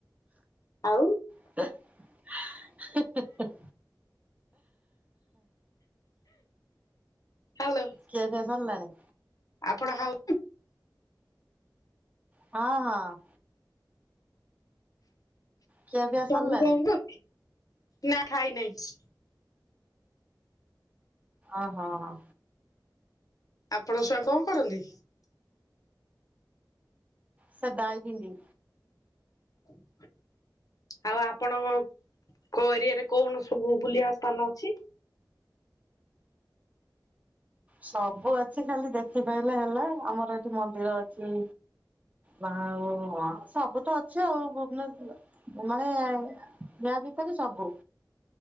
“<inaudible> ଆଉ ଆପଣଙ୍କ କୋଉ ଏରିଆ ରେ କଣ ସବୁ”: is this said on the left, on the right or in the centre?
Left